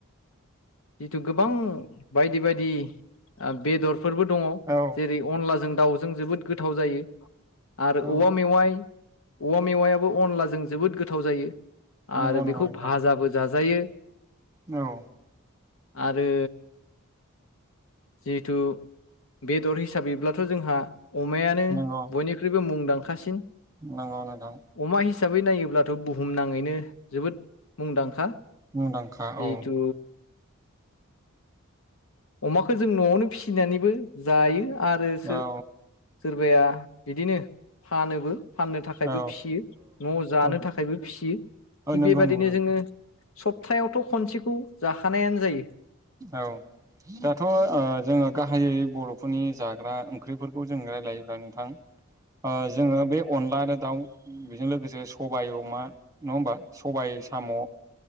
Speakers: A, on the left (about 75°); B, on the right (about 15°).
A: जिथु गोबां बायदि बायदि बेदर फोरबो दङ
B: औ
A: जेरै अनलाजों दाउजों जोबोद गोथाव जायो। आरो
B: औ
A: औवा मेवाइ औवा मेवायाबो अनला जों जोबोद गोथाव जायो। आरो
B: नंगौ नंगौ
A: बेखौ
B: नोंथां
A: भाजाबो जाजायो।
B: औ
A: आरो जिहेथु बेदर हिसाबैब्लाथ' जोंहा अमायानो
B: नंगौ
A: बयनिख्रुइबो मुं लांसिन
B: नंगौ नोंथां
A: अमा हिसाबै नायोब्ला बुहुमनााङैनो जोबोद मुंदांखा
B: मुंदांखा
A: जिहेथु
B: औ।
A: अमाखौ जों न'आवनो फिसिनानैबो जायो आरो सोर सोर?
B: औ
A: सोरबाया बिदिनो फानोबो। फाननो थाखायबो
B: औ
A: फियो न'आव जानो
B: औ
A: थाखायबो फियो थिग
B: औ नंगौ
A: बेबदिनो
B: नंगौ नोंथां
A: जोङो सप्तायावथ' खनसेखौ जाखानायानो जायो।
B: औ दाथ' जोङो गाहायै बर'फोरनि जाग्रा ओंख्रिफोरखौ जों राय्लायोब्ला नोंथां जोङो बे अनला आरो दाउ बेजों लोगोसे सबायाइ अमा नङा होमबा सबाय साम'